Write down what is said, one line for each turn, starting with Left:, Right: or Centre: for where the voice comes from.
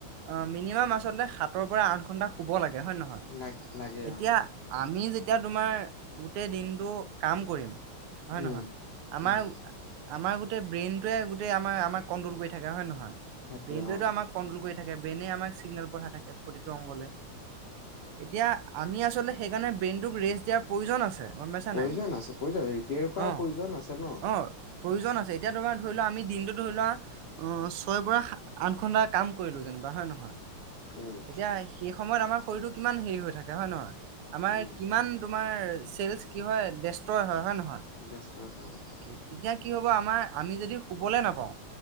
Right: অ মিনিমাম আচলতে সাঁতৰ পৰা আঠ ঘন্টা শুব লাগে হয় নে নহয়
Left: লাগ লাগে
Right: এতিয়া
Left: অ
Right: আমি যেতিয়া তোমাৰ গোটেই দিনটো কাম কৰিম হয়
Left: উম
Right: নহয়, আমাৰ
Left: উম
Right: আমাৰ গোটেই ব্ৰেইনটোৱে গোটেই আম-আমাক কণ্ট্ৰল কৰি থাকে হয় নহয়,
Left: থাকে
Right: ব্ৰেইনটোৱেটো
Left: অ
Right: আমাক কণ্ট্ৰল কৰি থাকে ব্ৰেইনে আমাক চিগনেল পঠাই থাকে প্ৰতিটো অংগলে,
Left: উম
Right: এতিয়া আমি আচলতে সেইকাৰণে ব্ৰেইনটোক ৰেষ্ট দিয়াৰ প্ৰয়োজন আছে। গম পাইছা
Left: প্ৰয়োজন
Right: নাই
Left: আছে প্ৰয়োজন আছে ৰিপেয়াৰ কৰাৰ
Right: অ
Left: প্ৰয়োজন আছে ন'।
Right: অ প্ৰয়োজন আছে এতিয়া তোমাৰ ধৰি লোৱা আমি দিনটো ধৰি লোৱা অ', ছয়ৰ পৰা আঠ ঘন্টা কাম কৰিলো যেনিবা হয় নহয়
Left: উম
Right: এতিয়া সেই সময়ত আমাৰ শৰীৰটো কিমান হেৰি হৈ থাকে হয় নহয়। আমাৰ
Left: উম
Right: কিমান তোমাৰ ছেলচ কি হয় দেষ্ট্ৰয় হয়, হয় নহয়।
Left: দেষ্ট্ৰয় হয় অ'।
Right: কি- তেতিয়া কি হ'ব আমাৰ আমি যদি শুবলৈ নাপাও